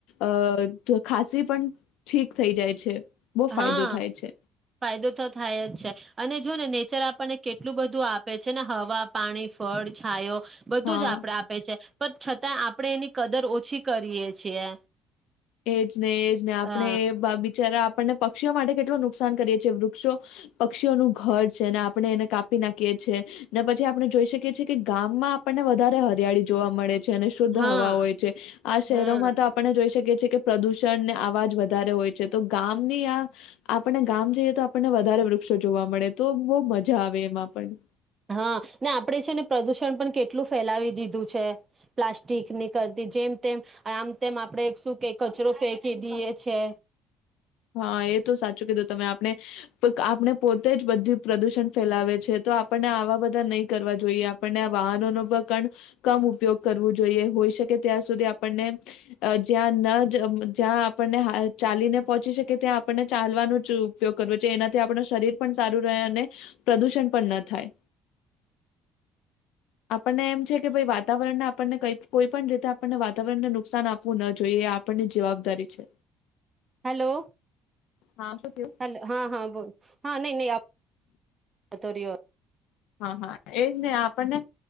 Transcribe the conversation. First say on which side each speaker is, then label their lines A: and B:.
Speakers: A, on the left; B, on the right.
A: અ તો ખાંસી પણ ઠીક થઈ જાય છે. બહુ ફાયદો
B: હા
A: થાય છે
B: ફાયદો તો થાય જ છે અને જો ને નેચ ચર આપણને કેટલું બધું આપે છે ને હવા, પાણી, ફળ છાયો બધું
A: હા
B: જ આપડે આપે છે પણ છતાં આપણે એની કદર ઓછી કરીએ છીએ.
A: એજ ને એજ ને આપણે
B: અ
A: એ બિચારા ને પક્ષીઓ માટે કેટલું નુક નુકસાન કરીએ છીએ. વૃક્ષો પક્ષીઓનું ઘર છે ને આપણે એને કાપી નાખીએ છીએ ને પછી આપણે જોઈ શકીએ છીએ કે ગામમાં આપણને વધારે હરિયાળી જોવા મળે છે. અને શુદ્ધ
B: હા
A: હવા હોય છે. આ શહેરોમાં
B: હા
A: તો આપણે જોઈ શકીએ છીએ કે પ્રદુષણ <unintelligible> ને આવાજ વધારે હોય. તો ગામ ની આ આપને ગામ જઈએ તો આપણને વધારે વૃક્ષો જોવા મળે તો બહુ મજા આવે એમાં પણ.
B: હા ને આપણે છે ને પ્રદુષણ પણ કેટલું ફેલાવી દીધું છે. પ્લાસ્ટિકની કરતી જેમ તેમ આમ તેમ આપણે શું કે કચરો ફેંકી દઈએ છે.
A: હા એ તો સાચું કીધું તમે આપણે આપણે પોતે જ બધું પ્રદુષણ ફેલાવે છે તો આ આપડને આવા બધા નહી કરવા જોઈએ. આપને વાહનો ન પણ કમ ઉપયોગ કરવો જોઈએ. હોઈ શકે ત્યાં સુધી આપણને જ્યાં ન જ્યાં આપણને ચાલીને પહોંચી શકે ત્યાં આપણને ચાલવાનો જ ઉપયોગ કરવો. જો છે એનાથી આપણ શરીર પણ સારું રહે અને પ્રદુષણ પણ ન થાય આપણને એમ છે કે ભાઈ વાતાવરણને આપણને કોઈ પણ રીતે આપણને વાતાવરણને નુકસાન આપવું ન જોઈએ એ આપણની જવાબદારી છે.
B: હેલો,
A: હા, શું થયું?
B: હલો હા હા બોલ હા નહીં નહી તો રયો.
A: હા હા એજ ને આપ આપણને